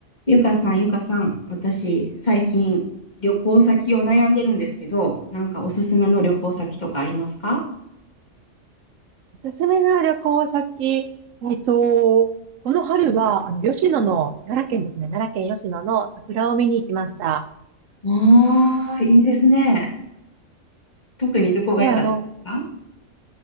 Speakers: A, on the left; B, on the right.
A: ゆかさん、ゆかさん、私、最近、旅行先を悩んでるんですけど、なんかおすすめの旅行先とかありますか
B: おすすめの旅行先、えっと、この春は、あの、吉野の、奈良県ですね、奈良県吉野の桜を見に行きました。
A: ああー、いいですね。特にどこが良かったですか
B: で、あの、